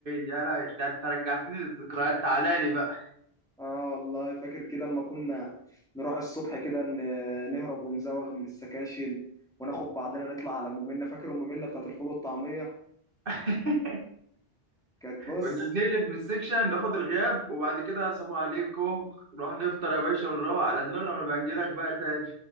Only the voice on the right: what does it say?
يا لهوي ده انت رجعتني للذكريات تعالى لي بقى
<laughs>
كنا بنقلب من السكشن ناخد الغياب وبعد كده سلام عليكم نروح نفطر يا باشا ونروح على دماغنا ونبقى نجيلك بقى تاني